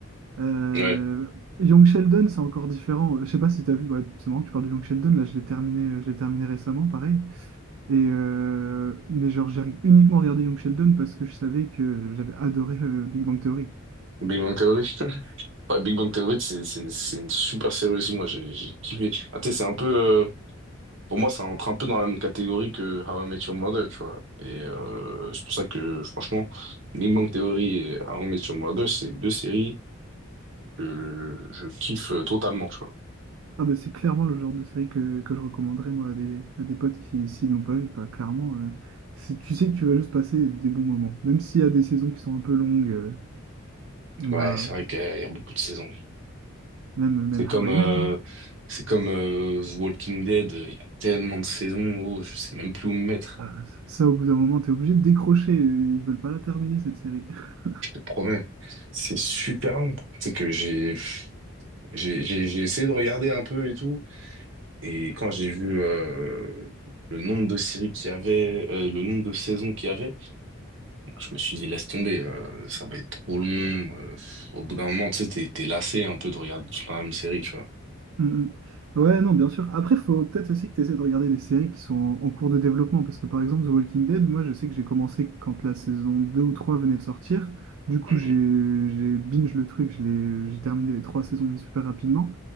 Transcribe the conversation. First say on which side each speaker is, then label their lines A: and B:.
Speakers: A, on the right (about 75°); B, on the right (about 60°).
A: Euh,
B: Ouais.
A: Young Sheldon, c'est encore différent. Je sais pas si tu as vu, bah, c'est marrant que tu parles de Young Sheldon, là je l'ai terminé, je l'ai terminé récemment, pareil. Et, euh, mais genre j'ai uniquement regardé Young Sheldon parce que je savais que j'avais adoré euh, Big Bang Theory.
B: Big Bang Theory. <laughs> Ouais, Big Bang Theory, c'est c'est une, c'est une super série aussi, moi, j'ai j'ai kiffé. Ah, tu sais, c'est un peu, euh, pour moi, ça entre un peu dans la même catégorie que How I Met Your Mother, tu vois. Et euh, c'est pour ça que, franchement, Big Bang Theory et How I Met Your Mother, c'est deux séries que je kiffe euh, totalement, tu vois.
A: Ah bah c'est clairement le genre de série que, que je recommanderais moi à des, à des potes qui, s'ils l'ont pas vu, quoi. Clairement, euh, c'est- tu sais que tu vas juste passer des bons moments. Même s'il y a des saisons qui sont un peu longues, euh, on
B: Ouais,
A: va,
B: c'est vrai qu'il y a beaucoup de saisons.
A: Même, même
B: C'est
A: How
B: comme, euh,
A: I Met, hein.
B: c'est comme euh, The Walking Dead. Il y a tellement de saisons, oh, je sais même plus où me mettre.
A: Ah, Ça, au bout d'un moment, t'es obligé de décrocher. Ils veulent pas la terminer, cette série. <laughs>
B: Je te promets, c'est super long. C'est que j'ai, j'ai, j'ai j'ai essayé de regarder un peu et tout, et quand j'ai vu euh, le nombre de séries qu'il y avait, euh, le nombre de saisons qu'il y avait, je me suis dit laisse tomber, euh, ça va être trop long. euh, au bout d'un moment, tu sais, t'es, t'es lassé un peu de regarder toujours la même série, tu vois.
A: Mm, mm. Ouais, non, bien sûr. Après, faut peut-être aussi que tu essaies de regarder les séries qui sont en en cours de développement. Parce que, par exemple, The Walking Dead, moi, je sais que j'ai commencé quand la saison 2 ou 3 venait de sortir. Du coup,
B: Mhm.
A: j'ai j'ai binge le truc. Je l'ai, j'ai terminé les trois saisons, mais super rapidement.